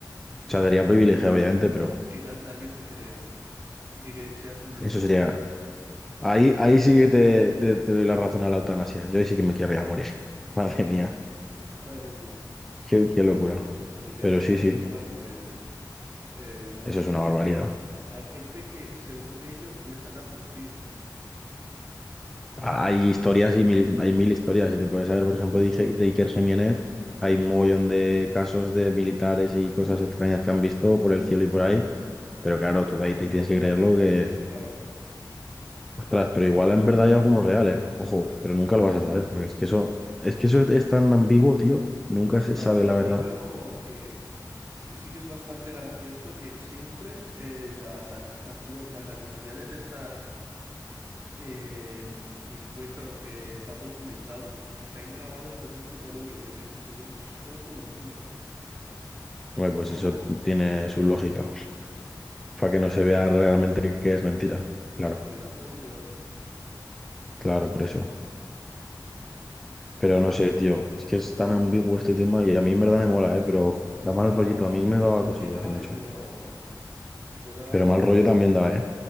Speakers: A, on the right; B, in the centre.
A: Y
B: O sea,
A: luego,
B: sería privilegiado,
A: que- luego que,
B: obviamente,
A: que-
B: pero
A: que- que na- nadie te crea y que, que seas un loco.
B: eso sería... Ahí, ahí sí que te, te, te doy la razón a la eutanasia. Yo ahí sí que me querría morir. <laughs> Madre mía,
A: Madre mía.
B: qué, qué locura.
A: A, a mí me
B: Pero
A: daría
B: sí,
A: muy
B: sí,
A: mal rollo. Eh, imagínate.
B: eso es una barbaridad.
A: Hay gente que, según ellos, les han abducido.
B: Hay historias y mil, hay mil historias. Si te puedes saber, por ejemplo, de, Ige- de Iker Jiménez, hay un mogollón
A: Sí,
B: de casos de militares y cosas extrañas que han visto por el cielo y por ahí. Pero claro,
A: Y luego
B: tú de ahí
A: eso
B: te tienes que
A: nadie
B: creerlo
A: se lo
B: que...
A: cree, claro.
B: Ostras, pero igual en verdad hay algunos reales. Ojo, pero nunca lo vas a saber, porque es que eso, es que eso es tan ambiguo, tío. Nunca
A: Lo,
B: se sabe
A: lo
B: la verdad.
A: único que sí, sí que es bastante gracioso que siempre eh, las avistación, las avistaciones estas eh, y encuentros que están documentados están grabados con un puto Nokia, que se, se ven s- todos como el culo.
B: Hombre,
A: Eso,
B: pues eso tiene su lógica, para que no
A: casualidad,
B: se vea realmente que es mentira. Claro,
A: casualidad lo dudo, ¿eh?
B: claro, por eso. Pero no sé, tío, es que es tan ambiguo este tema y a mí en verdad me mola, ¿eh? Pero
A: Sí,
B: da mal
A: da,
B: rollito,
A: da, da
B: a mí
A: mucha
B: me daba
A: intriga,
B: cosilla hace mucho.
A: eh, pero si fuera...
B: Pero mal rollo también da, ¿eh?